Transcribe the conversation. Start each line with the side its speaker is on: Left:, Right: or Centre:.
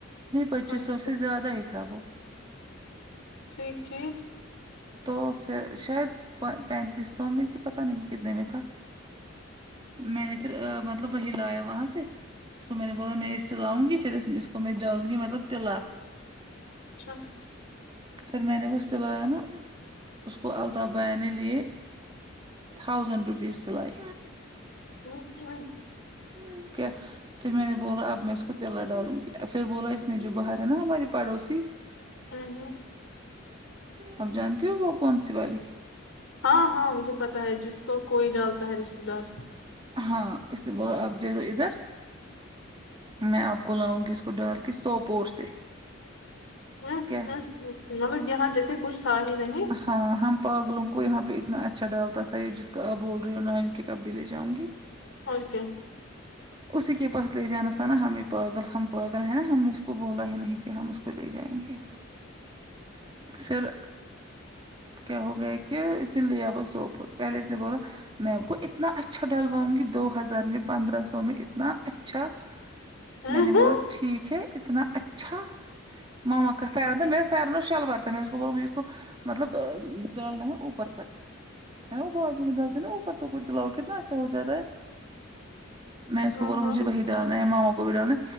Right: نہیں پچیس
Left: اچھا
Right: سو سے زیادہ ہی تھا وہ
Left: ٹھیک ٹھیک
Right: تو پھر شاید پینتیس سو میں کی پتہ نہیں کتنے میں تھا میں نے پھر مطلب وہی لایا وہاں سے اس کو میں نے بولا میں یے سلاؤں گی پھر اس کو میں ڈالوں گی مطلب تلا
Left: اچھا
Right: پھر میں نے وہ سلایا نا اس کو الطاف بھیا نے لیے تھاؤزنڈ روپیز سلائی
Left: وہ کیا ہے
Right: اوکے پھر میں نے بولا اب میں اس کو دلا ڈالوں گی پھر بولا اس نے جو باہر ہے نا ہماری پڑوسی
Left: <unintelligible>
Right: آپ جانتی ہو وہ کون سی والی
Left: ہاں ہاں مجھے پتا ہے جس کو کوئی ڈالتا ہے رشتے دار
Right: ہاں اس لیے بولو آپ دے دو ادھر میں آپ کو لاؤں گی اس کو ڈال کے سوپور سے
Left: مطلب
Right: کیا
Left: یہاں جیسے کچھ تھا ہی نہیں
Right: ہاں ہم پاگلوں کو یہاں پہ اتنا اچھا ڈالتا تھا یہ جس کو آپ بول رہی ہو نانی کے کپڈے لے جاؤں گی
Left: او کے
Right: اسی کے پاس لے جانا تھا نا ہم یہ پاگل ہم پاگل ہیں نا ہم نے اس کو بولا ہی نہیں کیا ہم اس کو لے جائیں گے پھر کیا ہو گیا کہ اسے لے اب وہ سوپور پہلے اس نے بولا میں آپ کو اتنا اچھا ڈلواؤں گی دو ہزار میں پندرہ سو میں اتنا اچھا
Left: ہوں،
Right: میں نے بولا
Left: ہوں،
Right: ٹھیک ہے اتنا اچھا ماما کا فائدہ میرے فیرنا شلوار تھا میں اس کو بولا میرے کو مطلب ڈالنا ہے اوپر تک ہے وہ بازو میں ڈالتے نا اوپر <unintelligible> چلاؤ کتنا اچھا ہو جاتا ہے میں اس کوبولوں
Left: ہاں ہاں
Right: مجھے وہی ڈان ہے ماما کو بھی ڈالنا نے